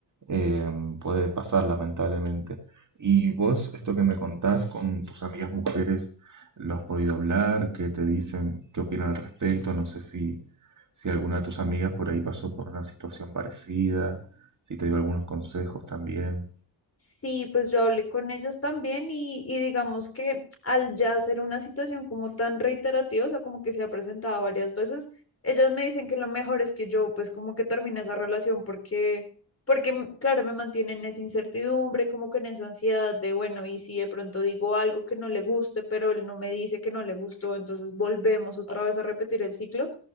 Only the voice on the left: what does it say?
Sí, pues yo hablé con ellas también y, y digamos que al ya ser una situación como tan reiterativa, o sea, como que se ha presentado varias veces, ellas me dicen que lo mejor es que yo pues como que termine esa relación porque, porque m- claro, me mantienen en esa incertidumbre, como que en esa ansiedad de, bueno, y si de pronto digo algo que no le guste, pero él no me dice que no le gustó, entonces volvemos otra vez a repetir el ciclo.